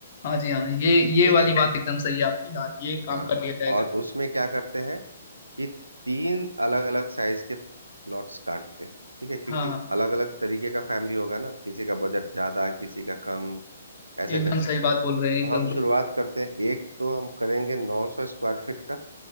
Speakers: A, on the left (about 45°); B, on the right (about 85°).
A: हाँ जी हाँ ये ये
B: ठीक
A: वाली
B: है
A: बात एकदम सही है आपकी हाँ ये काम
B: हाँ
A: कर लिया जाएगा
B: और उसमें क्या करते हैं कि तीन अलग अलग साइज के प्लॉट्स काटते हैं ठीक है क्योंकि
A: हाँ हाँ
B: अलग अलग तरीके का फैमिली होगा ना किसी का बजट ज्यादा किसी का कम ऐसे
A: एकदम
B: करके
A: सही बात बोल
B: तो
A: रहे हैं एकदम
B: हम
A: सही
B: शुरुआत करते हैं एक तो हम करेंगे 900 स्क्वायर फीट का